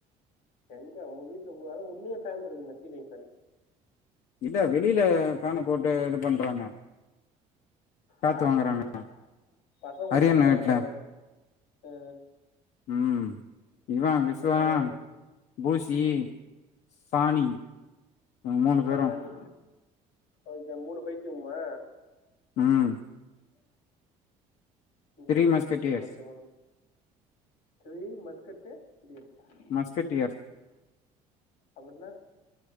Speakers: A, on the left; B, on the left.
A: எங்க உங்க வீட்ல உ அதா உள்ளியே ஃபேன்ருக்குமே சீலிங் ஃபேனு
B: இல்ல வெளியில ஃபேன போட்டு இது பண்றாங்க காத்து
A: யார்
B: வாங்குறாங்க
A: சொல்றேன் பசங்க கூடிய
B: அரியண்ண
A: இருக்க
B: வீட்ல
A: அந்த ஆ,
B: ம் இவன் விஸ்வாம்
A: அந்த
B: பூஸ்சி சாணி நாங்க மூணு பேரு
A: சாணி ஓகே மூணு பைத்திம்முமா
B: ம்
A: இங்க
B: த்ரீ
A: இருக்கதே
B: மஸ்கட்டியர்ஸ்
A: பைத்தியமாச்சே மூணு இது மஸ்கட்டு எப்டி இருக்கு
B: மஸ்கட் இயர்ஸ்
A: அப்புன்னா